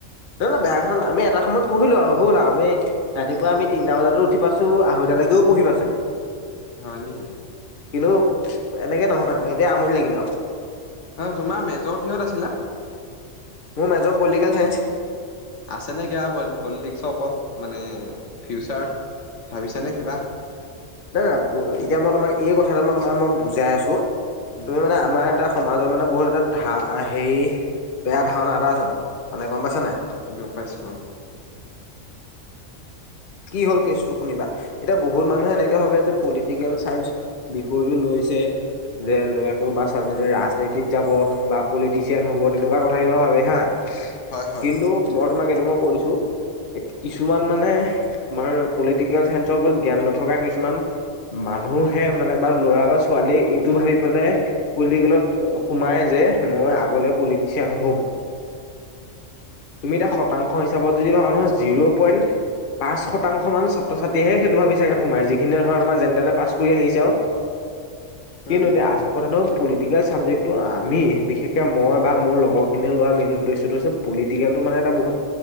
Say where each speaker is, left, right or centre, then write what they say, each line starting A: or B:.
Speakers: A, on the left; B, on the left.
A: ন ন বেয়া কথা নাই আমি এটা সময়ত পঢ়িলো আৰু হ'ল আৰু আমি ৰাতিপুৱা আমি তিনিটা বজাতো উঠি পাইছো আঢ়ৈতা লৈকেও পঢ়ি পাইছো
B: হয় নেকি
A: কিন্তু এনেকে নহয় এতিয়া আমনি লাগিলে আৰু
B: হয় তোমাৰ মেজৰ কিহত আছিলা
A: মোৰ মেজৰ পলিটিকেল চাইন্স
B: আছেনে কিবা পলিটিক্সৰ ওপৰত মানে ফিউচাৰ ভাবিছানে কিবা
A: নাই নাই এতিয়া মই তোমাক এই কথাটো মই তোমাক মই বুজাই আছো
B: উম
A: তুমি মানে আমাৰ এটা সমাজৰ মানে বহুত এটা ধা হেৰি বেয়া ধাৰণা এটা আছে মানে গম পাইছা নাই
B: গম পাইছো
A: কি হ'ল কেচটো শুনিবা এতিয়া বহুত মানুহে এনেকে ভাবে যে পলিটিকেল চাইন্স বিষয়টো লৈছে যে ল'ৰাটো বা ছোৱালীজনী ৰাজনীতিত যাব বা পলিটিচিয়ান হ'ব তেনেকুৱা কথা কিন্তু ভাবে হা
B: হয় হয় হয়
A: কিন্তু মই তোমাক এইটো মই কৈ দিছোঁ কিছুমান মানে তোমাৰ পলিটিকেল চাইন্সৰ ওপৰত জ্ঞান নথকা কিছুমান মানুহে মানে বা ল'ৰা বা ছোৱালীয়ে এইটো ভাবি পেলাই পলিটিকেলত সোমাই যে মই আগলে পলিটিচিয়ান হম
B: <unintelligible>
A: তুমি এটা শতাংশ হিচাপত যদি ভাবা নহয় জিৰ' পইণ্ট পাঁচ শতংশ মান ছাত্ৰ ছাত্ৰীয়েহে সেইটো ভাবি চাগে সোমাই যিখিনি ধৰা তোমাৰ যেনে তেনে পাছ কৰি আহিছে আৰু
B: <unintelligible>
A: কিন্তু
B: উম
A: এতিয়া আ কথাটো হ'ল পলিটিকেল চাবজেক্টটো আমি বিশেষকৈ মই বা মোৰ লগৰখিনিয়ে লোৱা মেইন উদ্দেশ্যটো হৈছে পলিটিকেলটো মানে এটা বহুত